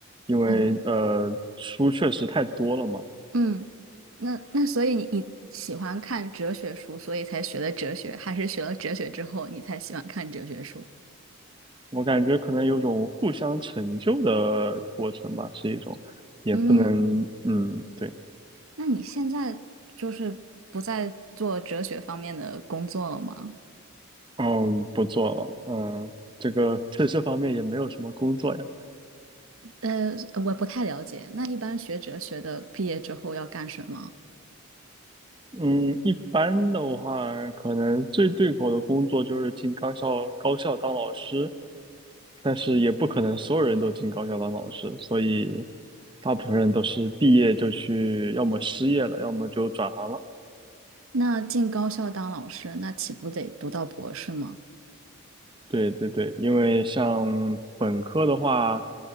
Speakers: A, on the right (about 20°); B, on the right (about 70°).
A: 因为呃，
B: 哦。
A: 书确实太多了嘛。
B: 嗯，那那所以你你喜欢看哲学书，所以才学的哲学，还是学了哲学之后你才喜欢看哲学书？
A: 我感觉可能有种互相成就的过程吧，是一种，也不能，
B: 嗯，
A: 嗯，对，
B: 那你现在就是不再做哲学方面的工作了吗？
A: 嗯，不做了，嗯，这个在这方面也没有什么工作呀，
B: 呃，我不太了解。那一般学哲学的毕业之后要干什么？
A: 嗯，一般的话，可能最对口的工作就是进高校高校当老师，但是也不可能所有人都进高校当老师，所以大部分人都是毕业就去，要么失业了，要么就转行了。
B: 那进高校当老师，那岂不得读到博士吗？
A: 对对对，因为像本科的话，